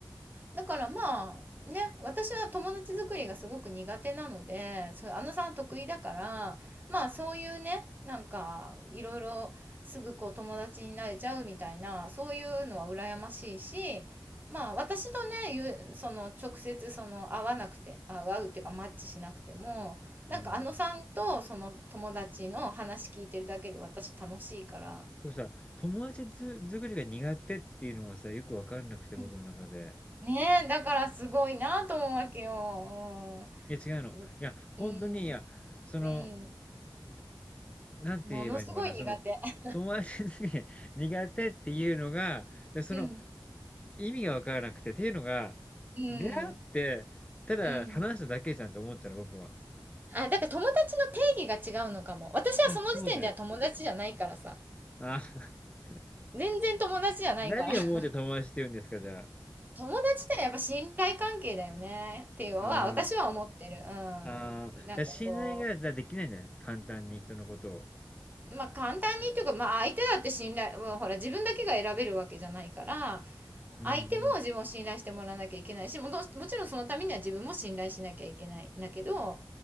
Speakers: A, on the right (about 25°); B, on the left (about 15°).
A: だからまあね私は友達作りがすごく苦手なのでそうあのさんは得意だからまあそういうねなんかいろいろすぐこう友達になれちゃうみたいなそういうのは羨ましいしまあ私とねゆその直接その会わなくてあ会うっていうかマッチしなくてもなんかあのさんとその友達の話聞いてるだけで私楽しいから。
B: うん。でもさ、友達づ、作りが苦手っていうのがさ、よくわかんなくて、僕の中で。
A: うんねえ、だからすごいなと思うわけよ。うんうん、
B: いや、違うの。いや、本当に、
A: うん、
B: いや、その、
A: うん。
B: なんて言えばいいのかな、
A: ものすごい苦手。
B: その、
A: <laughs>
B: 友達に <laughs> 苦手っていうのが、その
A: うん、
B: 意味がわからなくて、っていうのが、
A: うん、
B: 出会って、ただ話しただけじゃんと思っちゃうの、
A: うん。
B: 僕は。
A: あ、だから友達の定義が違うのかも。私はその時点では友達じゃないからさ。
B: そうそうだよ。あ、<laughs>
A: 全然友達じゃないから。
B: 何を思うて友達って言うんですか、
A: <laughs>
B: じゃあ。
A: 友達ってやっぱ信頼関係だよねっていうのは私は思ってる。
B: あー
A: う
B: あー、
A: ん。なんかこ
B: じゃあ信頼が、じゃあできないんだね。簡単に人のことを。
A: う、まあ簡単にっていうか、まあ相手だって信頼、もうほら自分だけが選べるわけじゃないから、
B: うんうん。
A: 相手も自分を信頼してもらわなきゃいけないしもどもちろんそのためには自分も信頼しなきゃいけないんだけど